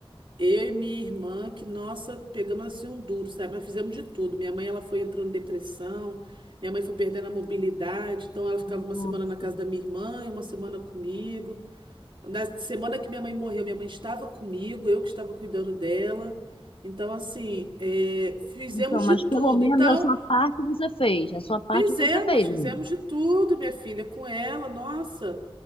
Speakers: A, on the right (about 55°); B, on the left (about 65°).
A: Eu e minha irmã, que nossa, pegamos assim um duro, sabe? Mas fizemos de tudo. Minha mãe, ela foi entrando em depressão, minha mãe foi perdendo a mobilidade, então ela ficava uma
B: Nossa.
A: semana na casa da minha irmã e uma semana comigo. Na semana que minha mãe morreu, minha mãe estava comigo, eu que estava cuidando dela. Então, assim, é, fizemos
B: Então,
A: de
B: mas
A: tudo.
B: pelo menos
A: Então,
B: a sua parte você fez. A sua parte
A: fizemos,
B: você fez,
A: fizemos
B: amiga.
A: de tudo, minha filha, com ela, nossa.